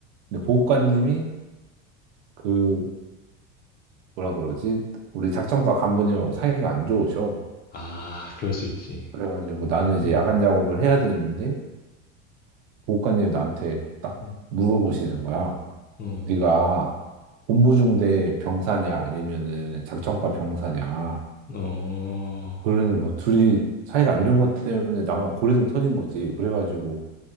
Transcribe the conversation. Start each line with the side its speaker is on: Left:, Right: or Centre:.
Right: 근데 보호관님이 그 뭐라 그러지? 우리 작전과 간부님하고 사이가 안 좋으셔.
Left: 아, 그럴 수 있지.
Right: 그래가지고 나는 이제
Left: 어,
Right: 야간 작업을 해야 되는데 보호관님이 나한테 딱
Left: 어,
Right: 물어보시는 거야.
Left: 어,
Right: 네가 본부중대 병사냐 아니면은 작전과
Left: 음,
Right: 병사냐.
Left: 어,
Right: 그러는 뭐 둘이 사이가 안 좋은 것 때문에 나만 고래등 터진 거지. 그래가지고